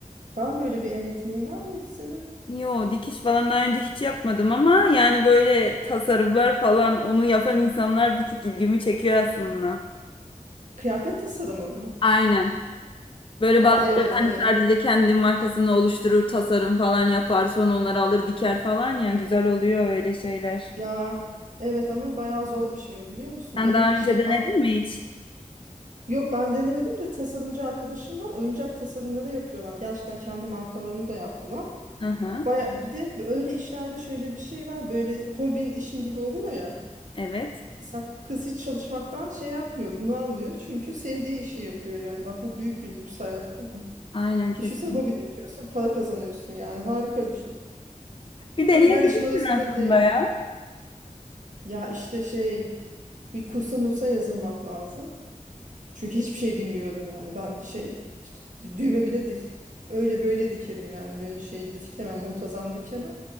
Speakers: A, on the right; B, on the left.
A: Var mı böyle bir el yeteneğin var mıydı senin?
B: Yo dikiş falan daha önce hiç yapmadım ama yani böyle tasarımlar falan onu yapan insanlar bir tık ilgimi çekiyor aslında.
A: Kıyafet tasarımı mı?
B: Aynen. Böyle
A: Aa
B: bazıları
A: evet
B: hani
A: evet.
B: sadece kendi markasını oluşturur, tasarım falan yapar, sonra onları alır diker falan ya güzel oluyor öyle şeyler.
A: Ya evet ama bayağı zor bir şey o biliyor musun?
B: Sen
A: Benim
B: daha
A: şey
B: önce denedin
A: arkadaş
B: mi hiç?
A: yok ben denemedim de tasarımcı arkadaşım var. Oyuncak tasarımları yapıyorlar. Gerçekten kendi markalarını da yaptılar.
B: Aha,
A: Baya bir de öyle işlerde şöyle bir şey var. Böyle hobin işin gibi oluyor ya.
B: evet.
A: Mesela kız hiç çalışmaktan şey yapmıyor, bunu almıyor. Çünkü sevdiği işi yapıyor yani. Bak bu büyük bir lüks hayatta.
B: Aynen kesinlikle.
A: Düşünsene hobini yapıyorsun, para kazanıyorsun yani. Harika bir şey.
B: Bir deneyebilirsin
A: Tabii ben işin orasında
B: aslında
A: değilim.
B: ya.
A: Ya işte şey bir kursa mursa yazılmak lazım. Çünkü hiçbir şey bilmiyorum yani. Ben de şey işte düğme bile değil. Öyle böyle dikerim yani böyle şey dikemem, muntazam dikemem.